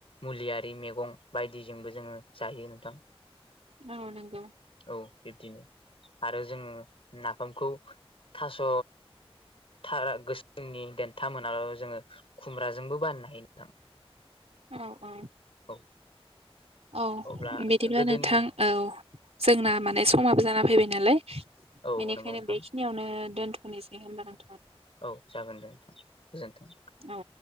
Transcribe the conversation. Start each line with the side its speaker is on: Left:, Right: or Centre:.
Left: मुलियारि मैगं बायदिजोंबो जोङो जायो नोंथां।
Right: औ नंगौ
Left: औ बिब्दिनो आरो जोङो नाफामखौ थास' था गोसोमनि देन्था मोनाबाबो जोङो खुमब्राजोंबो बानायनो नोंथां।
Right: औ औ
Left: औ
Right: औ
Left: अब्ला
Right: बिदिब्ला
Left: गोदोनि
Right: नोंथां औ जोंना माने समाबो जाना फैबाय नालाय
Left: औ
Right: बेनिखायनो
Left: नंगौ नोंथां
Right: बेखिनियावनो दोनथ'नोसै होनबा नोंथां।
Left: औ जागोन दे नोंथां गोजोन्थों।
Right: औ